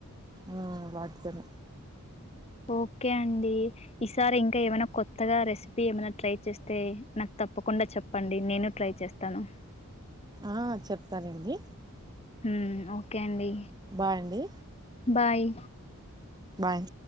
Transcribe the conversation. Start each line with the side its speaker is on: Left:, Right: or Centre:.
Right: ఆ వాటి తోని
Left: ఓకే అండి ఈసారి ఇంకా ఏమైనా కొత్తగా రెసిపీ ఏమైనా ట్రై చేస్తే నాకు తప్పకుండా చెప్పండి నేను ట్రై చేస్తాను
Right: ఆ చెప్తానండి
Left: ఉమ్ ఓకే అండి
Right: బాయ్ అండి
Left: బాయ్
Right: బాయ్